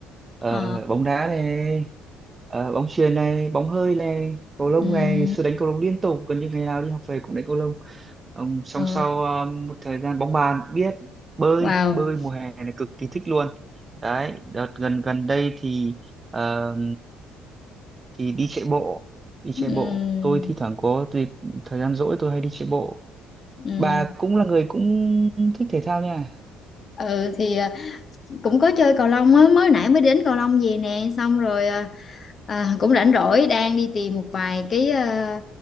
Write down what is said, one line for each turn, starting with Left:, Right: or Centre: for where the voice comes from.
Right: Ờ,
Left: Ờ,
Right: bóng đá này ờ, bóng chuyền này bóng hơi này cầu lông
Left: ừm,
Right: này ngày xưa đánh cầu lông liên tục gần như ngày nào đi học về cũng đánh cầu lông Xong song
Left: ờ,
Right: sau ờ, một thời gian bóng bàn cũng biết bơi
Left: wow.
Right: bơi mùa hè này cực kỳ thích luôn đấy đợt gần gần đây thì ờ, thì đi chạy bộ đi chạy
Left: Ừm,
Right: bộ tôi thi thoảng có dịp thời gian rỗi tôi hay đi chạy bộ
Left: ừm.
Right: bà cũng là người cũng thích thể thao nha
Left: Ừ thì à, cũng có chơi cầu lông á mới nãy mới đến cầu lông về nè xong rồi à, À, cũng rảnh rỗi đang đi tìm một vài cái ờ,